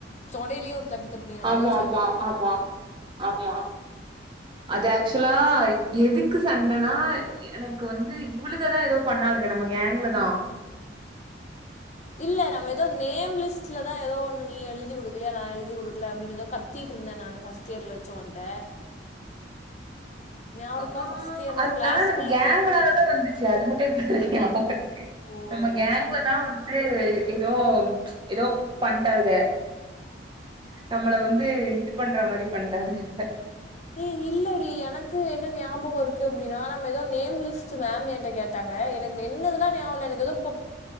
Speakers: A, on the left; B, on the right.
A: தொடையிலே ஒரு தட்டு தட்டுன நீ நம்ம
B: ஆமா
A: ஏதாச்
B: ஆமா ஆமா ஆமா அது ஆக்சுவலா எதுக்கு சண்டனா எனக்கு வந்து இவளுகதா எதோ பண்ணாளுங்க நம்ம கேங்லதா
A: இல்ல நம்ம எதோ நேம் லிஸ்ட் ல தா எதோ ஒன்னு நீ எழுதி குடுக்கலையா நா எழுதி குடுக்கல அப்டினு ஏதோ கத்திட்டு இருந்தேன் நான் ஃபஸ்ட் இயர்ல வச்சு ஒன்ட
B: <inaudible>
A: ஞாபகோ
B: ஆ
A: இருக்கா ஃபஸ்ட் இயர்ல
B: அது
A: கிளாஸ்க்குள்ள
B: ஆனா நம்ம கேங்கால தா வந்துச்சு அது மட்டும் எனக்கு தெரியும் <unintelligible>
A: ஓ
B: நம்ம கேங்ல தா வந் து எதோ எதோ பண்டாளுக நம்மள வந்து இது பண்ற மாரி பண்டாளுக
A: ஏ இல்லடி எனக்கு என்ன ஞாபகோ இருக்கு அப்படின்னா நம்ம எதோ நேம்லிஸ்ட்டு மேம் என்ட கேட் டாங்க எனக்கு என்னதுல்லா ஞாபக எனக்கு எதோ பப்